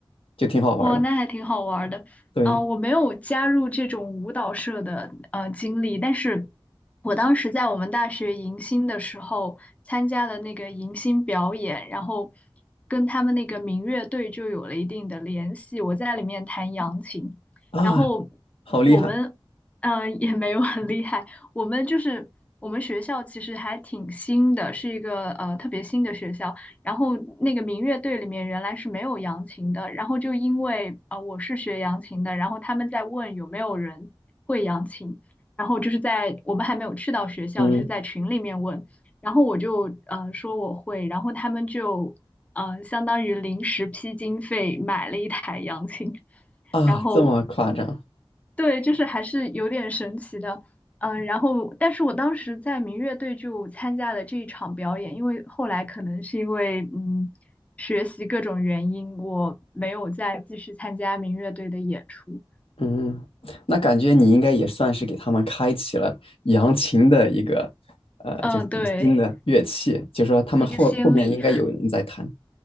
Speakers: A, on the left (about 85°); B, on the left (about 15°).
A: 就挺好玩儿的。
B: 哇，那还挺好玩儿的。
A: 对
B: 嗯，我没有加入这种舞蹈社的呃经历，但是我当时在我们大学迎新的时候参加了那个迎新表演，然后跟他们那个民乐队就有了一定的联系。我在里面弹扬琴，
A: 啊，
B: 然后
A: 好厉害，
B: 我们嗯也没有很厉害，我们就是我们学校其实还挺新的，是一个呃特别新的学校。然后那个民乐队里面原来是没有扬琴的，然后就因为呃我是学扬琴的，然后他们在问有没有人会扬琴，然后就是在我们还没有去到学校，
A: 嗯
B: 就是在群里面问，然后我就呃说我会，然后他们就呃相当于临时批经费买了一台扬琴，
A: 啊，
B: 然后
A: 这么夸张，
B: 对，就是还是有点神奇的，嗯，然后，但是我当时在民乐队就参加了这一场表演，因为后来可能是因为嗯学习各种原因，我没有再继续参加民乐队的演出，
A: 嗯，那感觉你应该也算是给他们开启了扬琴的一个呃，
B: 嗯，
A: 就是新的乐器，
B: 对，
A: 就说他们后后面应该有人在弹，
B: 一个先例，